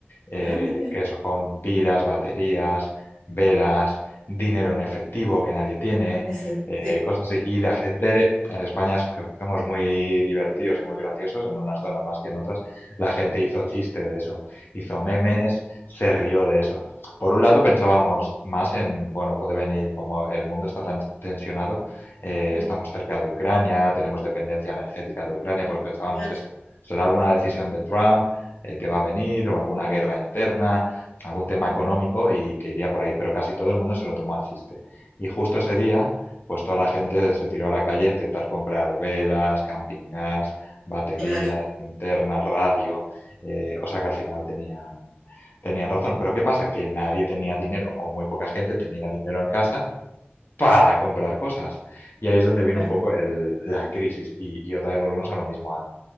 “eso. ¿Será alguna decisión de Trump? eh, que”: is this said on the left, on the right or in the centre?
Left